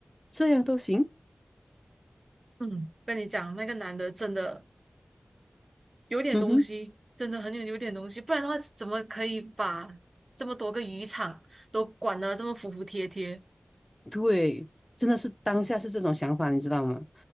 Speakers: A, on the left; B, on the right.
A: 这样都行，
B: 嗯，跟你讲，那个男的真的有点东西，
A: 嗯哼。”
B: 真的很有有点东西，不然的话怎么可以把这么多个渔场都管得这么服服帖帖？
A: 对，真的是当下是这种想法，你知道吗？